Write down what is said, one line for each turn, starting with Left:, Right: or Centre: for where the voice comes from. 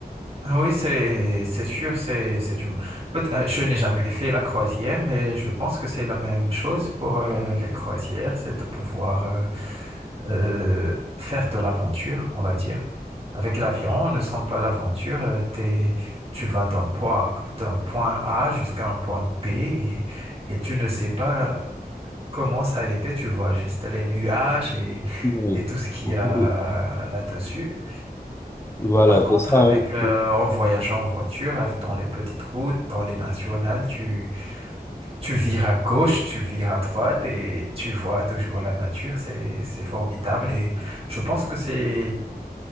Right: Ah Oui, c'est c'est sûr, c'est c'est du- peut- euh, je n'ai jamais fait la croisière, mais je pense que c'est la même chose pour euh, les croisières, c'est de pouvoir euh, euh, faire de l'aventure, on va dire. Avec l'avion, on ne sent pas l'aventure, euh, t'es- tu vas d'un point, d'un point A jusqu'à un point B et, et tu ne sais pas comment ça a été, tu vois juste les nuages et,
Left: Oui.
Right: et tout ce qu'il
Left: <laughs>
Right: y a là-dessus.
Left: Voilà,
Right: Par contre,
Left: c'est ça.
Right: avec le-
Left: oui.
Right: en voyageant en voiture, euh, dans les petites routes, dans les nationales, tu, tu vires à gauche, tu vires à droite et tu vois toujours la nature. C'est, c'est formidable et je pense que c'est,